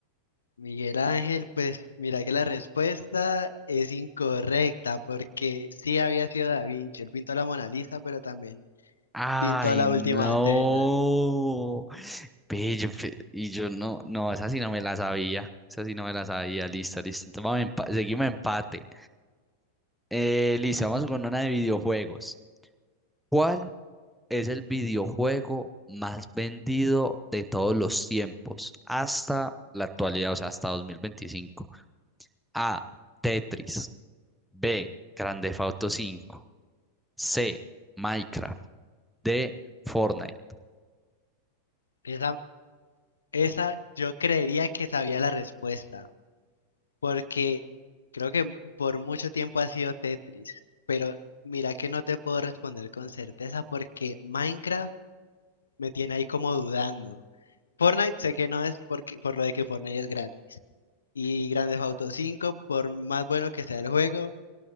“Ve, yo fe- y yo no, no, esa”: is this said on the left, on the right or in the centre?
Centre